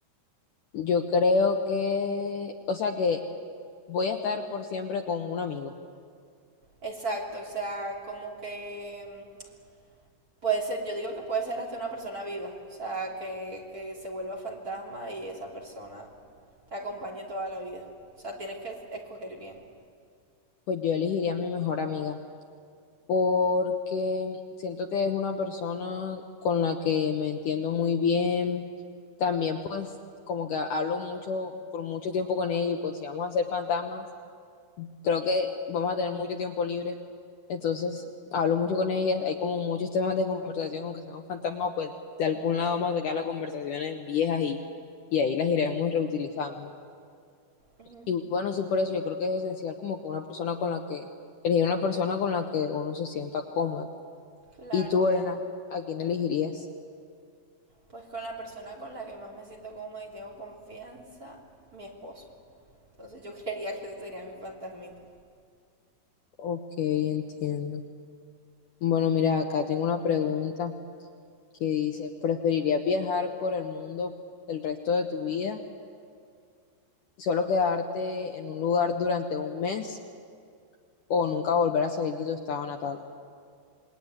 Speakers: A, on the left; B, on the right.
A: Yo creo que, o sea que voy a estar por siempre con un amigo.
B: Exacto, o sea, como que mm, puede ser, yo digo que puede ser hasta una persona viva, o sea, que, que se vuelva fantasma y esa persona te acompañe toda la vida. O sea, tienes que escoger bien.
A: Pues yo elegiría a mi mejor amiga. porque siento que es una persona con la que me entiendo muy bien. También pues como que hablo mucho, por mucho tiempo con ella y pues si vamos a ser fantasmas, creo que vamos a tener mucho tiempo libre. Entonces hablo mucho con ella, hay como muchos temas de conversación, aunque seamos fantasmas, pues de algún lado vamos a sacar las conversaciones viejas y, y ahí las iremos reutilizando.
B: Ujú.
A: Y bueno, sí, por eso yo creo que es esencial como que una persona con la que, elegir una persona con la que uno se sienta cómoda.
B: Claro,
A: ¿Y tú,
B: sí.
A: Elena, a quién elegirías?
B: Pues con la persona con la que más me siento cómoda y tengo confianza, mi esposo. Entonces yo <laughs> creería que ese sería mi fantasmita.
A: Ok, entiendo. Bueno, mira, acá tengo una pregunta que dice, ¿preferirías viajar por el mundo el resto de tu vida y solo quedarte en un lugar durante un mes o nunca volver a salir de tu estado natal?